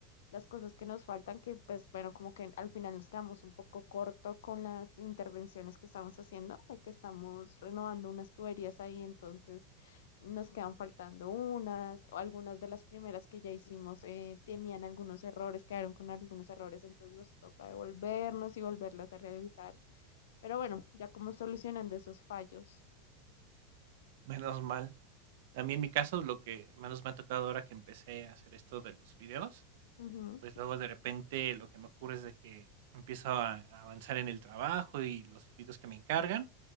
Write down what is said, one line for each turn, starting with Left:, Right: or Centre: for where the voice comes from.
Left: las cosas que nos faltan, que pues bueno, como que al final nos quedamos un poco corto con las intervenciones que estamos haciendo, de que estamos renovando unas tuberías ahí, entonces nos quedan faltando unas, o algunas de las primeras que ya hicimos eh, tenían algunos errores, quedaron con algunos errores, entonces nos toca devolvernos y volverlas a realizar, pero bueno, ya como solucionando esos fallos.
Right: menos mal. A mí, en mi caso, lo que menos me ha tocado ahora que empecé a hacer esto de los videos
Left: Ujú.
Right: pues luego de repente lo que me ocurre es de que empiezo a a avanzar en el trabajo y los videos que me encargan,